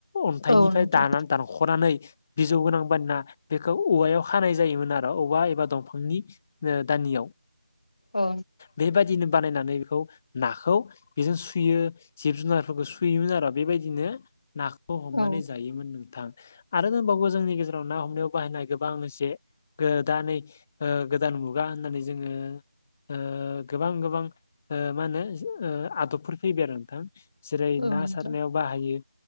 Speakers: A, on the left; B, on the left.
A: अन्थाइनिफ्राय
B: औ नोंथां
A: दानानै दानख'नानै बिजौ गोनां बाना बेखौ औवायाव खानाय जायोमोन आरो औवा एबा दंफांनि ओ दानि
B: अ
A: बेबायदिनो बानायनानै ओ नाखौ बेजों सुयो जिब जुनारफोरखौ सुयोमोन आरो बेबायदिनो ना हमनानै
B: औ नोंथां औ
A: जायोमोन नोंथां आरो दंबावो जोंनि गेजेराव ना हमनायाव बाहायनाय गोबां जे ओ दा नै ओ गोदान मुगा होननानै जोङो ओ गोबां गोबां ओ मा होनो ओ आदबफोर फैबाय आरो नोंथां जेरै
B: औ
A: ना
B: नोंथां
A: सारनायाव बाहायो